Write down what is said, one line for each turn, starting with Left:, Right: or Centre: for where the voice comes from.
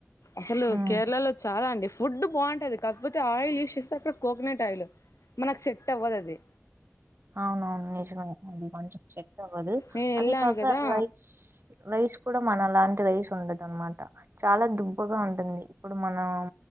Left: అసలు
Right: ఉమ్
Left: కేరళలో చాలా అండి ఫుడ్ బావున్ టది కాకపోతే ఆయిల్ యూస్ చేసాక కోకనట్ ఆయిల్, మనకు సెట్ అవ్వదది.
Right: అవునవును నిజమే అది కొంచం సెట్ అవ్వదు,
Left: నేను వెళ్ళాను
Right: అది కాక
Left: కదా
Right: రైస్ రైస్ కూడా మనలాంటి రైస్ ఉండద నమాట, చాలా దుబ్బగా ఉంటుంది ఇప్పుడు మనం